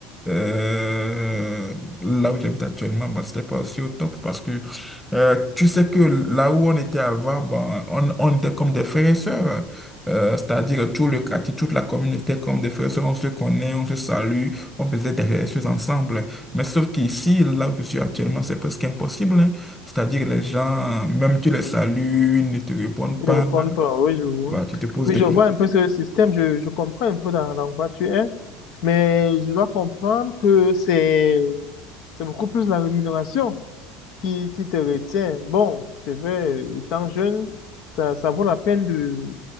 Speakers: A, in the centre; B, on the left.
A: euh, là où j'habite actuellement, bah, c'était pas aussi au top parce que euh, tu sais que là où on était avant, ben, on, on était comme des frères et sœurs. Euh, c'est-à-dire tout le quartier, toute la communauté était comme des frères et sœurs. On se connaît, on se salue, on faisait des choses ensemble. Mais sauf qu'ici, là où je suis actuellement, c'est presque impossible. hein. C'est-à-dire les gens, même tu les salues, ils ne te répondent
B: ils
A: pas.
B: ne répondent pas. Oui, je vois.
A: Bah, tu te poses
B: Oui,
A: des
B: je
A: questions.
B: vois un peu ce système. Je, je comprends un peu dans, dans quoi tu es. Mais je dois comprendre que c'est, c'est beaucoup plus la rémunération qui, qui te retient. Bon, c'est vrai, euh, étant jeune, ça, ça vaut la peine de,